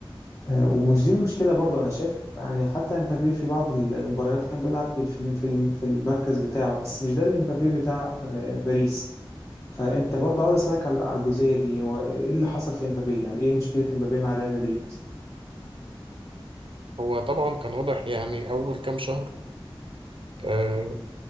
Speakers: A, on the left; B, on the right.
A: آه، ومش دي المشكلة برضو أنا شايف يعني حتى امبابي في بعض المباريات كان بيلعب في الفيلم في الم- في المركز بتاعه بس مش ده الامبابي بتاع آه، باريس فأنت برضو عاوز أسألك على على الجزئية دي هو إيه اللي حصل في امبابي يعني إيه مشكلة امبابي مع ريال مدريد
B: هو طبعا كان واضح يعني أول كام شهر آه،